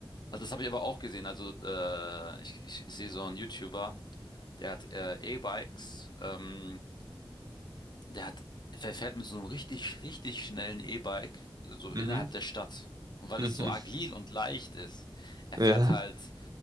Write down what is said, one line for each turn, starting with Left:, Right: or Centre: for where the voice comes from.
Left: Also das habe ich aber auch gesehen. Also äh, ich, ich, ich sehe so einen YouTuber, der hat äh, E-Bikes, ähm, der hat, der fährt mit so einem richtig, richtig schnellen E-Bike äh, so innerhalb
Right: Mhm.
Left: der Stadt. Und weil
Right: <laughs> Mhm.
Left: das so agil und leicht ist, er
Right: Ja.
Left: fährt halt